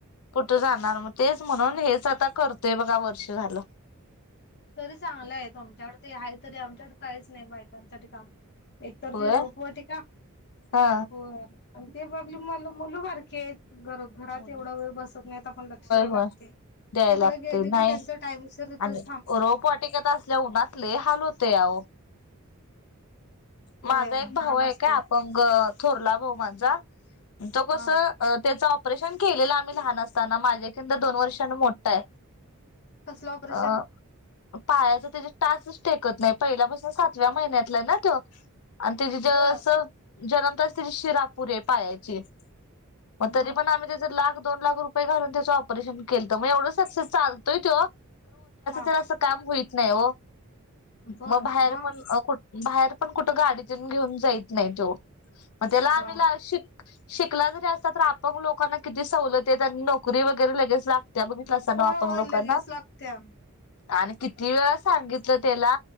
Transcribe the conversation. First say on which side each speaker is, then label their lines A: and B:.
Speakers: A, on the left; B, on the left.
A: कुठं जाणार मग तेच म्हणून हेच आता करतोय बघा वर्ष झालं
B: तरी चांगलं आहे तुमच्याकड ते आहे तरी आमच्याकड काहीच नाही बायकांसाठी काम एक तर
A: होय
B: ती रोपवाटीका
A: हा
B: होय आणि ते बगले मधली मुलं बारकी आहेत घरात घरात
A: होय
B: एवढा वेळ बसत नाही तर आपण लक्ष द्यायला
A: होय
B: लागते
A: द्याय
B: तिकडे
A: लागतय
B: गेलं
A: नाही
B: की त्यांचा टाइम शीरी
A: आणि
B: तस
A: रोप वाटिकेत असल्या उन्हातले हाल होते. या
B: होय
A: माझा एक भाऊ
B: आला
A: एकय
B: असते
A: आपंग थोरला भाऊ माझा तो कस
B: हा
A: त्याचं ऑपरेशन केलेलं आम्ही लहान असताना माझ्याकिंद दोन वर्षांनी मोठा आहे
B: कसलं ऑपरेशन
A: हा पायाचा त्याचा टासच टेकत नाही पहिल्यापासून सातव्या महिन्यातलं ना तो आणि त्या जस
B: बर
A: जन्म तरस त्याची शिरा अपुरी पायाची मग
B: बर
A: तरी पण आम्ही त्याच लाख दोन लाख रुपय घालून त्याच परेन केल मग एवढं सक्सेस चालतय त
B: हा
A: वच काम होत नाही
B: बर
A: म बाहेर
B: मग
A: पण बा पण कुठे गाडीतून घेऊन जायत नाही तो मग त्याला आम्हीलािक
B: अ
A: शिकला जरी असता तर आपण लोकांना किती सवलत येत आणि नोकरी वगैरे लगेच लाग त्यामध्ये कस ना
B: होय
A: आपण
B: होय
A: लोक
B: लगेच
A: ना
B: लागत्या
A: आणि किती वेळा सांगितलं त्याला